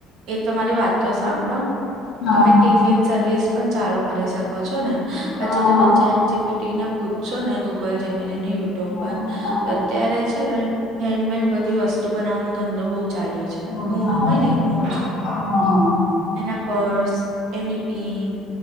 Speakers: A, on the right; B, on the left.
A: એ તમારી વાતો સાંભળો
B: હા.
A: તમે ટીફ સ્ન સર્વિસ પણ ચાલુ કરી શકો છો ને પછી
B: હા
A: તમે
B: હા
A: પીટીને પૂછશો ને ગૂગલ જમીનેને યુટ્યુબ
B: હા
A: પર
B: હા.
A: અત્યારે છે ને હેન્ડમેડ બધી વસ્તુ બનાવાનો ધંધો બહુ ચાલ્યો
B: બહુ
A: ઊન
B: ચાલે
A: હોયને
B: છે.
A: ઉન
B: હા હા હા.
A: એના પર્સ એની પેન